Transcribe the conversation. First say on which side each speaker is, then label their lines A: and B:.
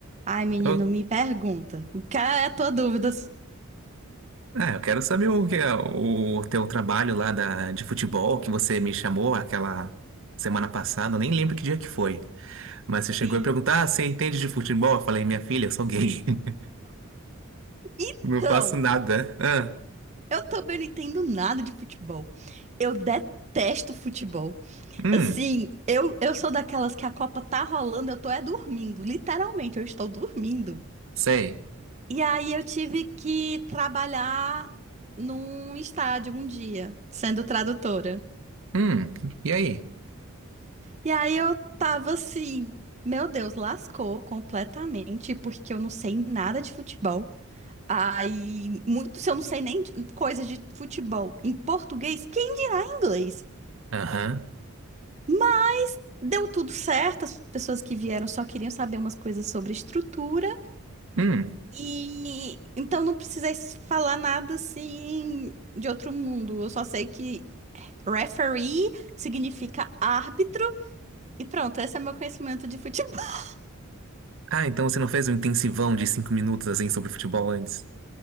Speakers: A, on the right (about 30°); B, on the right (about 65°).
A: Ai, menino,
B: Eu,
A: me pergunta. O que é a tua dúvida? <laughs>
B: ah, eu quero saber o que é o teu trabalho lá da, de futebol que você me chamou aquela semana passada, eu nem lembro que dia que foi. Mas você chegou
A: Sim.
B: e perguntou: Ah, você entende de futebol? Eu falei, minha filha, eu sou gay. <laughs>
A: Então,
B: Não faço nada. Ah,
A: eu também não entendo nada de futebol. Eu detesto futebol.
B: hum,
A: Assim, eu, eu sou daquelas que a Copa tá rolando, eu tô é dormindo. Literalmente, eu estou dormindo.
B: sei.
A: E aí eu tive que trabalhar num estádio um dia, sendo tradutora.
B: Hum, e aí?
A: E aí eu tava assim, meu Deus, lascou completamente, porque eu não sei nada de futebol. Aí, muito, se eu não sei nem de- coisa de futebol em português, quem dirá em inglês?
B: Aham.
A: Mas deu tudo certo, as pessoas que vieram só queriam saber umas coisas sobre estrutura,
B: Hum.
A: e então não precisei s- falar nada assim de outro mundo. Eu só sei que referee significa árbitro, e pronto, esse é meu conhecimento de futebol. <laughs>
B: Ah, então você não fez um intensivão de cinco minutos assim sobre futebol antes?